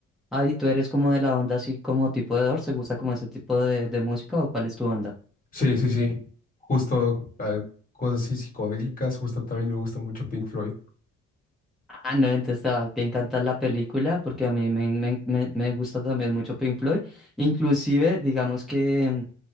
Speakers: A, in the centre; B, on the left.
A: Ah, ¿y tú eres como de la onda así como tipo de Doors? ¿Te gusta como ese tipo de, de música o cuál es tu onda?
B: Sí, sí, sí. Justo ah, cosas así psicodélicas, justo también me gusta mucho Pink Floyd.
A: Ah, no, entonces te va a encantar la película porque a mí me, me, me, me gusta también mucho Pink Floyd. Inclusive, digamos que,